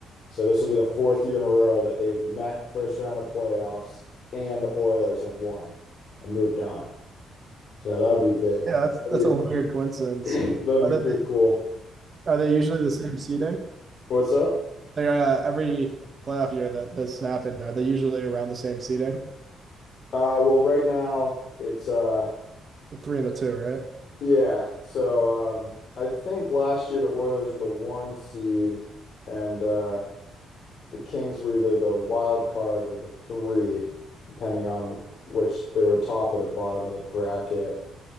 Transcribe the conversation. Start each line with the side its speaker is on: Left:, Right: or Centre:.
Left: So this will be the fourth year in a row that they've met first round of the playoffs, and the Oilers have won and moved on. So that would be big.
Right: Yeah, that's
Left: That'd
Right: that's a weird coincidence.
Left: be, <clears throat> that'd
Right: Are
Left: be
Right: they
Left: pretty cool.
Right: are they usually the same seating?
Left: What's up?
Right: They are uh, every playoff year that this happened. Are they usually around the same seating?
Left: Uh, well, right now it's uh,
Right: The three and the two, right?
Left: Yeah. So um, I think last year the Oilers were the one seed, and uh, the Kings were either the wild card or the three, depending on which they were top or the bottom of the bracket.